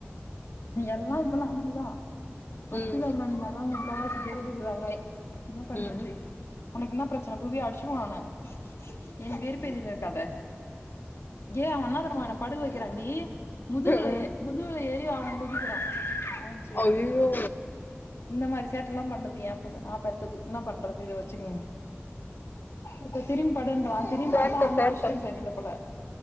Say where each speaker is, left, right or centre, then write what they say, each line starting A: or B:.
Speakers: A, on the left (about 75°); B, on the left (about 45°).
A: எல்லா இப்பலா அப் பிடிதா மக்கு
B: ம்
A: சாம்பிரணி மாரிதா முக்காவாசி பேர் இருக்குறாங்களே என்ன பண்றது
B: ம்
A: உனக்கு என்னா பிரச் பிரச்சன புவி அடுச்சுருவ நானு என்ன வெறுப்பேத்தினு இருக்காத ஏ அவ என்ன தெரிமா என்ன படுக்க வெக்கிறாண்டி முதுகுல
B: ம்
A: ஏ முதுகுல ஏறி அவ <unintelligible> குதிக்குறா ஆ சேர்
B: அய்யய்யோ
A: இந்த மாரி சேட்டல்லாம் பண்ணுது ஏம் <unintelligible> நா பெத்தது நா பண்றத் இத வெச்சுக்கங்க இப்ப திரும்பி படுன்றா
B: சேட்ட
A: படுத்தா அந்த
B: சேட்ட
A: பொஷிஷன் செரியில்ல போல